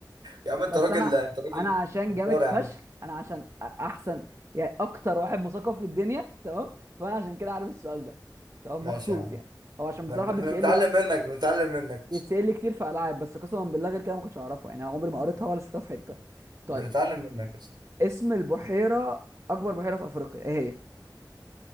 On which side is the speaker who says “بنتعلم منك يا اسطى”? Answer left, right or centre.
Right